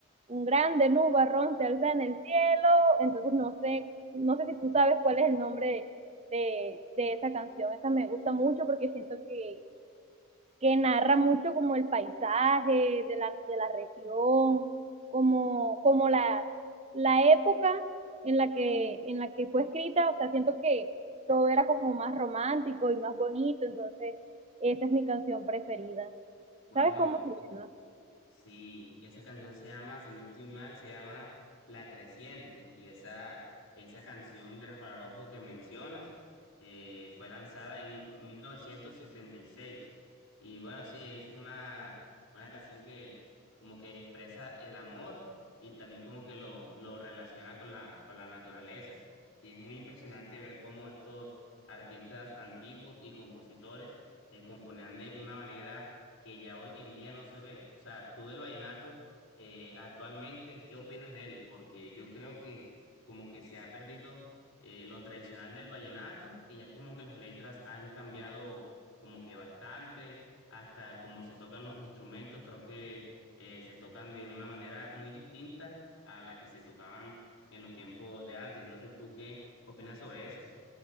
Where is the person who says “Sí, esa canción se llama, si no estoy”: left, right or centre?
Left